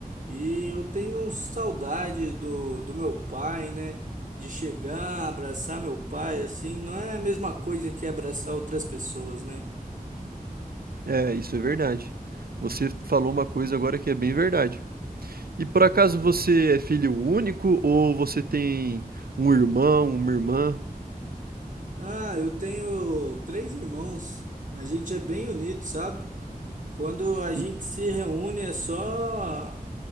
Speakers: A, on the right; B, on the right.
A: E eu tenho saudade do, do meu pai, né? De chegar, abraçar meu pai, assim, não é a mesma coisa que abraçar outras pessoas, né?
B: É, isso é verdade. Você falou uma coisa agora que é bem verdade. E por acaso
A: Então.
B: você é filho único ou você tem um irmão, uma irmã?
A: Ah, eu tenho três irmãos. A gente é bem unido, sabe? Quando a
B: E-
A: gente se reúne é só